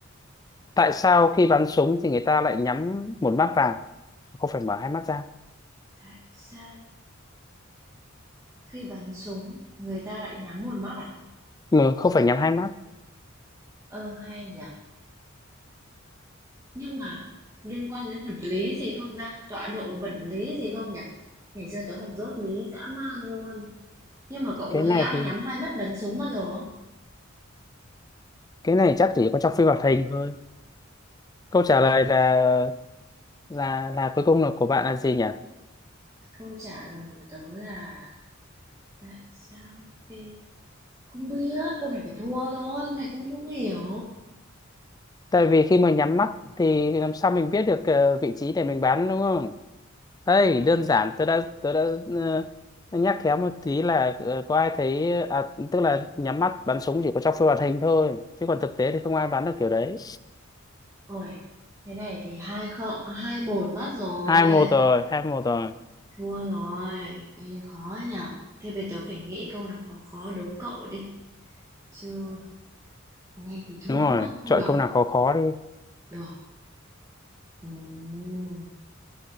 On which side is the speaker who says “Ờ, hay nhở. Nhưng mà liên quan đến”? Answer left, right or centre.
Right